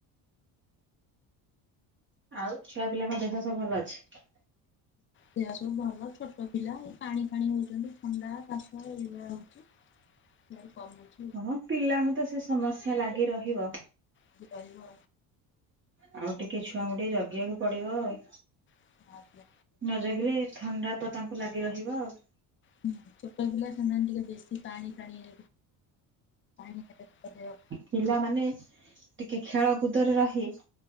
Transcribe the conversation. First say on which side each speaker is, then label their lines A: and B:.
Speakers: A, on the right (about 25°); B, on the left (about 25°).
A: ଆଉ ଛୁଆ ପିଲାଙ୍କ ଦେହ ସବୁ ଭଲ ଅଛି।
B: ପିଲା ସବୁ ଭଲ ଛୋଟ ପିଲା ଏ ପାଣି ଫାଣି ହଉଛନ୍ତି ଥଣ୍ଡା କାଶ ଏଇଗୁରା। <unintelligible> କମୁଛି।
A: ହଁ ପିଲାଙ୍କୁ ତ ସେ ସମସ୍ୟା ଲାଗି ରହିବ।
B: ସେ କହିବ।
A: ଆଉ ଟିକେ ଛୁଆଙ୍କୁ ଟିକେ ଜଗିବାକୁ ପଡିବ ଆଉ।
B: ଆଉ।
A: ନଜଗିଲେ ଥଣ୍ଡା ତ ତାଙ୍କୁ ଲାଗି ରହିବ ଆଉ।
B: ହୁଁ ଛୋଟ ପିଲା ସେମାନେ ଟିକେ ବେଶୀ ପାଣି ଫାଣି ହେବେ। <unintelligible>
A: ପିଲାମାନେ ଟିକେ ଖେଳକୁୁଦରେ ରହି